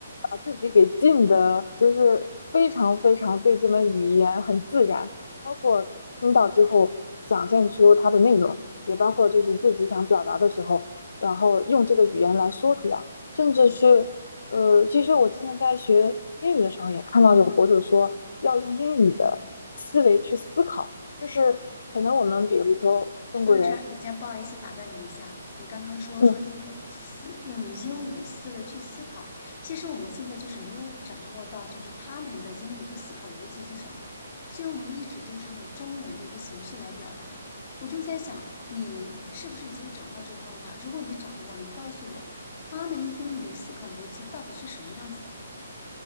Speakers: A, on the left (about 70°); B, on the left (about 40°).
A: 把自己给浸的，就是非常非常对这门语言很自然，包括听到之后想象出它的内容。也包括就是自己想表达的时候，然后用这个语言来说出来，甚至是呃，其实我之前在学英语的时候也看到有博主说要用英语的思维去思考，就是可能我们比如说中国人，
B: 你说到这儿，人家不好意思打断你一下，你刚刚说说应用思应用英语的思维去思考，
A: 嗯，
B: 其实我们现在就是没有掌握到，就是他们的英语一个思考逻辑是什么，所以我们一直都是用中文的一个形式来表达。我就在想，你是不是已经掌握这个方法？如果你掌握了，你告诉我，他们英语的思考逻辑到底是什么样子的？